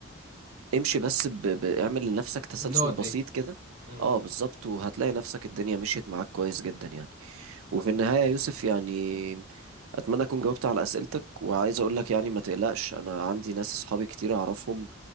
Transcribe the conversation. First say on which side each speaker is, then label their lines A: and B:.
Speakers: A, on the right (about 85°); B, on the right (about 40°).
A: امشي بس ب- ب- اعمل لنفسك تسلسل
B: النقط
A: بسيط
B: دي
A: كده
B: مم.
A: اه بالظبط وهتلاقي نفسك الدنيا مشيت معاك كويس جدا يعني وفي النهايه يا يوسف يعني اتمنى اكون جاوبت على اسئلتك وعايز اقول لك يعني ما تقلقش انا عندي ناس اصحابي كتير اعرفهم